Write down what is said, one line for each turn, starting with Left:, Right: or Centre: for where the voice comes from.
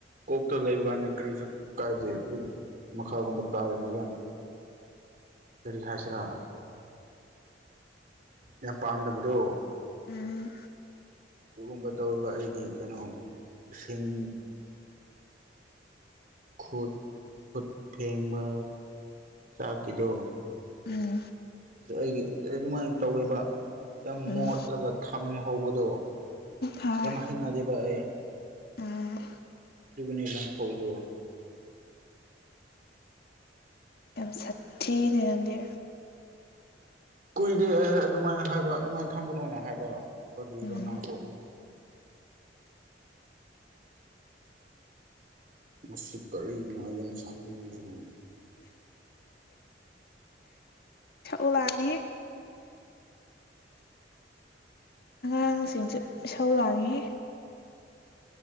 Right: ꯀꯣꯛꯇ ꯂꯩꯕ ꯀꯥꯟꯗꯤ ꯀꯔꯤꯁꯨ ꯀꯥꯏꯗꯦ ꯑꯗꯨꯕꯨ ꯃꯈꯥꯒꯨꯝꯕ ꯇꯥꯔꯗꯤ ꯌꯥꯝ ꯀꯔꯤ ꯍꯥꯏꯁꯤꯔꯥ ꯌꯥꯝ ꯄꯥꯝꯗꯕꯗꯣ
Left: ꯎꯝ
Right: ꯑꯗꯨꯒꯨꯝꯕ ꯇꯧꯔꯤꯕ ꯑꯩꯒꯤ ꯀꯩꯅꯣ ꯏꯁꯤꯡ ꯈꯨꯠ ꯈꯨꯠ ꯐꯦꯡꯕ ꯆꯥꯛꯀꯤꯗꯣ
Left: ꯎꯝ
Right: ꯑꯩꯒꯤ ꯑꯗꯨꯃꯥꯏꯅ ꯇꯧꯋꯦꯕ ꯌꯥꯝ
Left: ꯎꯝ
Right: ꯃꯣꯠꯂꯒ ꯊꯝꯍꯧꯕꯗꯣ
Left: ꯍꯣꯏ
Right: ꯌꯥꯝ ꯍꯩꯅꯗꯦꯕ ꯑꯩ
Left: ꯎꯝ
Right: ꯑꯗꯨꯒꯅꯦ ꯂꯪꯊꯣꯛꯏꯗꯣ
Left: ꯌꯥꯝ ꯁꯥꯊꯤꯅꯦ ꯅꯪꯗꯦ
Right: ꯀꯨꯏꯔꯦ ꯑꯩ ꯑꯗꯨꯃꯥꯏꯅ ꯍꯥꯏꯕ ꯑꯗꯨꯃꯥꯏꯅ ꯊꯝꯒꯅꯨꯅ ꯍꯥꯏꯕ ꯀꯔꯤꯔꯣ
Left: ꯎꯝ
Right: ꯅꯪꯁꯨ ꯃꯁꯤ ꯀꯔꯤꯒꯤꯅꯣ ꯑꯩ ꯌꯥꯝ <unintelligible>
Left: ꯎꯂꯅꯤ <inaudible> ꯁꯤꯡꯁꯦ ꯢꯁꯧ ꯂꯅꯤꯍꯦ